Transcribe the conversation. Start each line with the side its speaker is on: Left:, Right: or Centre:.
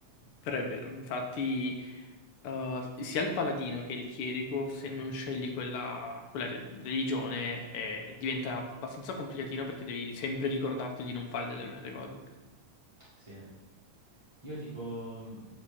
Left: Però è vero, infatti, eh, sia il paladino che il chierico, se non scegli quella, quella re- religione, eh, diventa abbastanza complicatino perché devi sempre ricordarti di non fare determinate cose.
Right: Sì. Io tipo mh,